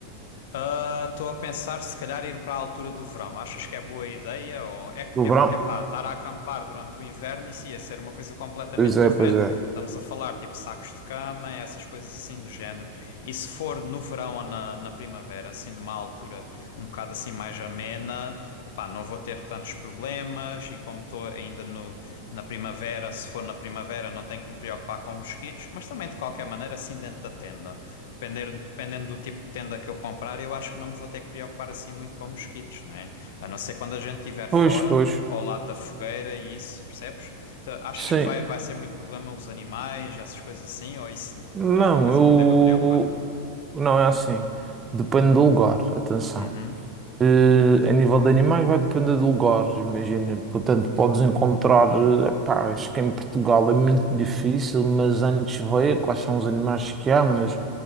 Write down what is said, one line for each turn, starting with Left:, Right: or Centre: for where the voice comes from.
Left: Ah, Estou a pensar se calhar ir para a altura do verão. Achas que é boa ideia? Ou é, que-
Right: Do
Left: é,
Right: verão?
Left: é pá, estar a acampar durante o inverno isso ia ser uma coisa completamente
Right: Pois é,
Left: diferente.
Right: pois é.
Left: Estamos a falar tipo sacos de cama, essas coisas assim do género. E se for no verão ou na, na primavera, assim numa altura um bocado assim mais amena, epá, não vou ter tantos problemas e como estou ainda no, na primavera, se for na primavera não tenho que me preocupar com mosquitos, mas também de qualquer maneira assim dentro da tenda. Depender, dependendo do tipo de tenda que eu comprar, eu acho que não me vou ter que preocupar assim muito com mosquitos, né? A não ser quando a gente estiver fora,
Right: Pois, pois,
Left: ao lado da fogueira e isso, percebes? Então, achas
Right: sim.
Left: que vai, vai ser muito problema os animais, essas coisas assim, ou isso
Right: Não,
Left: não é uma coisa
Right: eu...
Left: que me deva preocupar?
Right: Não, é assim. Depende do lugar, atenção.
Left: Uhum,
Right: Eh, a nível de animais vai depender de lugares, imagina. Portanto, podes encontrar, eh, pá, acho que em Portugal é muito difícil, mas antes veio quais são os animais que há, mas